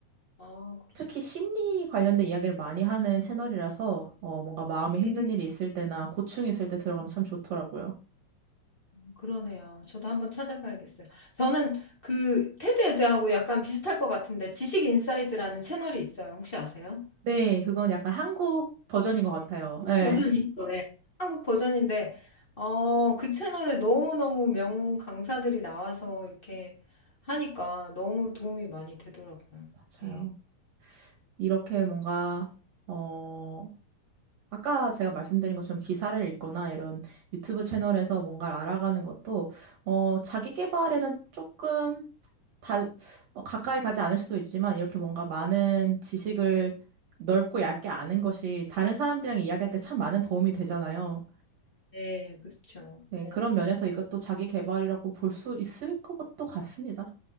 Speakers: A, on the left (about 25°); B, on the right (about 65°).
A: 아, 그러시.
B: 특히 심리 관련된 이야기를 많이 하는 채널이라서, 어, 뭔가 마음에 힘든
A: 예,
B: 일이 있을 때나 고충이 있을 때 들어가면 참 좋더라고요.
A: 그러네요. 저도 한번 찾아봐야겠어요. 저는 그 테드 에드하고 약간 비슷할 것 같은데 지식 인사이드라는 채널이 있어요. 혹시 아세요?
B: 네, 그건 약간 한국 버전인 것 같아요. 네,
A: 버전인 거예요. 한국 버전인데, 어, 그 채널에 너무너무 명 강사들이 나와서 이렇게 하니까 너무 도움이 많이 되더라고요.
B: 맞아요.
A: 예.
B: 이렇게 뭔가, 어, 아까 제가 말씀드린 것처럼 기사를 읽거나 이런 유튜브 채널에서 뭔가를 알아가는 것도, 어, 자기 개발에는 조금 달, 어, 가까이 가지 않을 수도 있지만, 이렇게 뭔가 많은 지식을 넓고 얇게 아는 것이 다른 사람들이랑 이야기할 때 참 많은 도움이 되잖아요.
A: 네, 그렇죠.
B: 네,
A: 예.
B: 그런 면에서 이것도 자기 개발이라고 볼 수 있을 것도 같습니다.